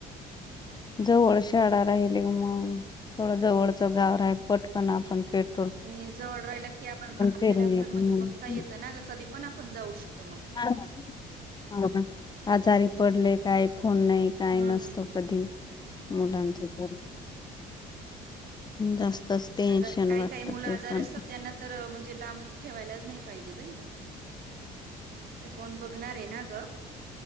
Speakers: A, on the left; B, on the right.
A: जवळ शाळा राहिली मग थोडं जवळचं गाव राहिल पटपण आपण पेट
B: आणि जवळ राहिल की आपण आपल्याला
A: फिरून
B: भर
A: येत
B: म्हणजे
A: म्हणून
B: बघता येतं ना का कधी पण आपण जाऊ शकतो मग.
A: हा हा आजारी पडले काय फोन नाही काय
B: हम्म.
A: नसतो. कधी मुलांच घर जास्तच टेन्शन
B: आजार काही
A: वाटत
B: काही मुलं
A: ते
B: आजारी
A: पण.
B: असतात त्यांना तर म्हणजे लांब ठेवायलाच नाही पाहिजे बाई. तिथे कोण बघणारय ना गं.